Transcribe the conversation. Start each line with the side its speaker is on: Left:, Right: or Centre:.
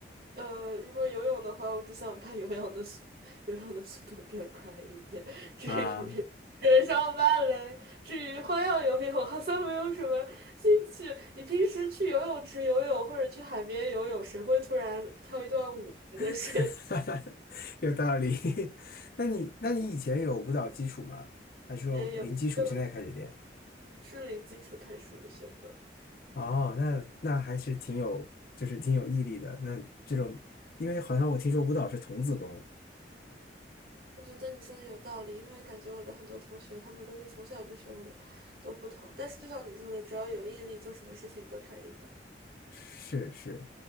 Right: 呃，如果游泳的话，我只想把游泳的速游泳的速度变快一点。<laughs> 至于人上芭蕾，
Left: 啊，
Right: 至于花样游泳，我好像没有什么兴趣。你平时去游泳池游泳或者去海边游泳，谁会突然跳一段舞在水里
Left: <laughs> 有道理。<laughs> 那你，那你以前有舞蹈基础吗？还是说零基础现在开始练？
Right: 面游 <laughs>？所是零基础开始学的选择。
Left: 哦，那那还是挺有，就是挺有毅力的。那这种，因为好像我听说舞蹈是童子功，
Right: 我觉得你说的有道理，因为感觉我的很多同学，他们都是从小就学舞，都不同。但是就像你说的，只要有毅力，做什么事情都可以的。
Left: 是是，